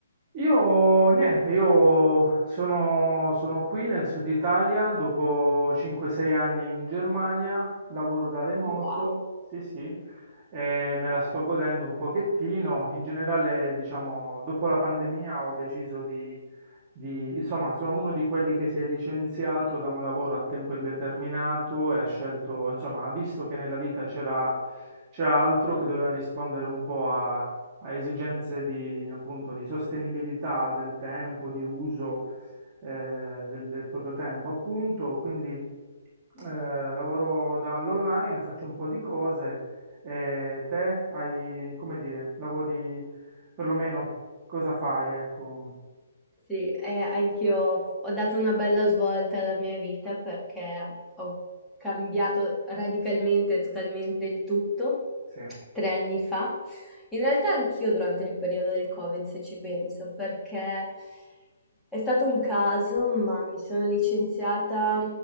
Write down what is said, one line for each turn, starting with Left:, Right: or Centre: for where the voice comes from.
Right: Io niente, io sono, sono qui nel sud Italia dopo 5-6 anni in Germania, lavoro da remoto,
Centre: Wow!
Right: sì sì, e me la sto godendo un pochettino. In generale, diciamo, dopo la pandemia ho deciso di, di- insomma, sono uno di quelli che si è licenziato da un lavoro a tempo indeterminato e ha scelto, insomma, ha visto che nella vita c'era c'era altro che doveva rispondere un po' a a esigenze di, appunto, di sostenibilità del tempo, di uso eh, del, del proprio tempo, appunto. Quindi eh, lavoro dall'online, faccio un po' di cose e te hai, come dire, lavori perlomeno cosa fai? Ecco,
Centre: Sì, eh, anch'io ho dato una bella svolta alla mia vita perché ho cambiato radicalmente, totalmente il tutto
Right: sì,
Centre: tre anni fa. In realtà anch'io durante il periodo del Covid, se ci penso, perché è stato un caso, ma mi sono licenziata